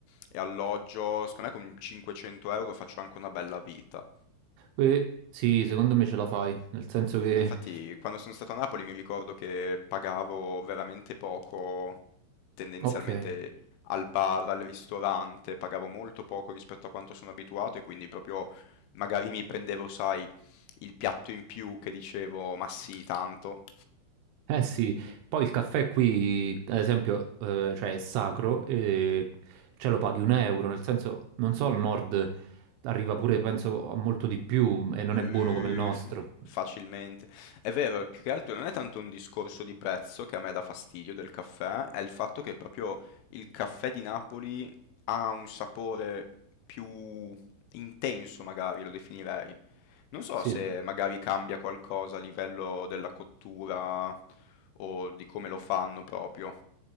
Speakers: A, on the left; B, on the right.
A: e alloggio, secondo me con 500 euro faccio anche una bella vita.
B: Eh, sì, secondo me ce la fai, nel senso che
A: Ma infatti quando sono stato a Napoli mi ricordo che pagavo veramente poco, tendenzialmente
B: ok.
A: al bar, al ristorante, pagavo molto poco rispetto a quanto sono abituato e quindi proprio magari mi prendevo, sai, il piatto in più che dicevo, ma sì, tanto.
B: Eh sì, poi il caffè qui, ad esempio, eh, cioè è sacro e ce lo paghi un euro, nel senso, non so, al nord arriva pure, penso, a molto di più e non
A: Uh,
B: è buono come il nostro.
A: f- facilmente. È vero, più che altro non è tanto un discorso di prezzo che a me dà fastidio del caffè, è il fatto che proprio il caffè di Napoli ha un sapore più intenso, magari lo definirei. Non so
B: Sì.
A: se magari cambia qualcosa a livello della cottura o di come lo fanno proprio.